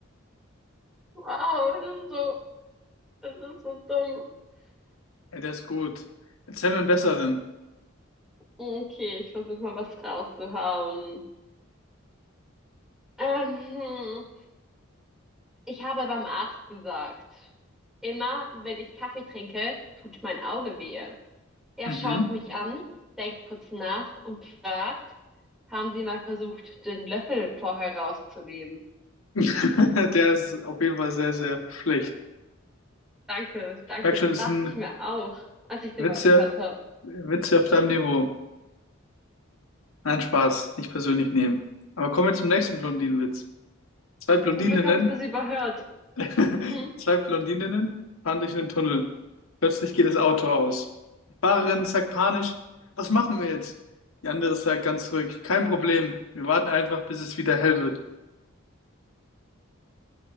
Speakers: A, in the centre; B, on the left.
A: Wow, das ist so, das ist so dumm.
B: Ey, der ist gut. Erzähl mir einen besseren.
A: Okay, ich versuche mal was rauszuhauen. Ähm, hm. ich habe beim Arzt gesagt, immer wenn ich Kaffee trinke, tut mein Auge weh. Er
B: Mhm.
A: schaut mich an, denkt kurz nach und fragt, haben Sie mal versucht, den Löffel vorher rauszunehmen?
B: <laughs> Der ist auf jeden Fall sehr, sehr schlecht.
A: Danke, danke,
B: Ich merke schon,
A: das
B: es
A: dachte
B: sind
A: ich mir auch, als ich den
B: Witze,
A: mal gehört habe.
B: Witze auf deinem Niveau. Nein, Spaß, nicht persönlich nehmen. Aber kommen wir zum nächsten Blondinenwitz. Zwei Blondininnen,
A: Zum Glück habe ich das überhört.
B: <laughs>
A: Hm?
B: zwei Blondininnen fahren durch einen Tunnel. Plötzlich geht das Auto aus. Die Fahrerin sagt panisch, was machen wir jetzt? Die andere sagt ganz ruhig, kein Problem, wir warten einfach, bis es wieder hell wird.